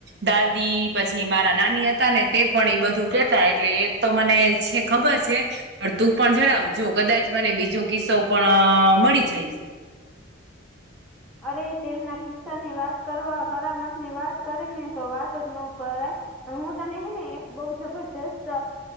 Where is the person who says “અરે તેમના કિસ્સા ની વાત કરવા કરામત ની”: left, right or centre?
Centre